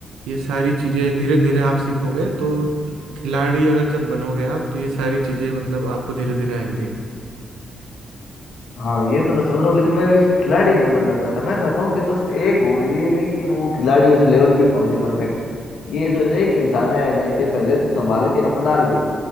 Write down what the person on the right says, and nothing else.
ये सारी चीज़ें धीरे धीरे आप सीखोगे तो खिलाड़ी अगर जब बनोगे आप तो ये सारी चीज़ें मतलब आपको धीरे धीरे आएंगी